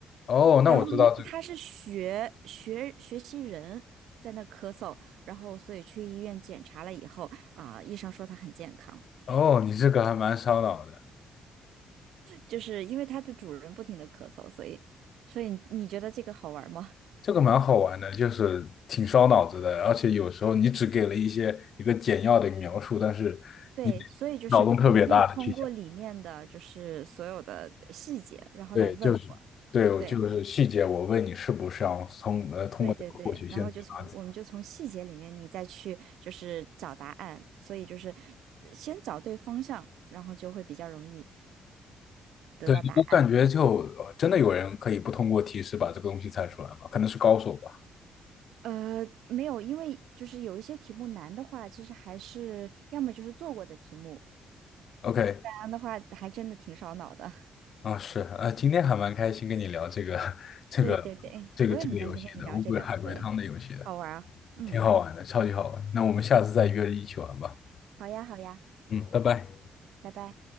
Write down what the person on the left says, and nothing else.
哦，
那我知道这个，
哦，你这个还蛮烧脑的，
这个蛮好玩的，就是挺烧脑子的，而且有时候你只给了一些一个简要的描述，但是你
脑洞特别大的去想，
对，就是对，我就是细节，
我问你是不是要从呃通过这个获取线索啊？
对，我感觉就呃真的有人可以不通过提示把这个东西猜出来吗？可能是高手吧。
OK。
啊、是啊、呃今天还蛮开心跟你聊这个 <laughs> 这个这个这个游戏的乌龟海龟汤的游戏的，
挺好玩的，超级好玩。那我们下次再约着一起玩吧。
嗯，拜拜。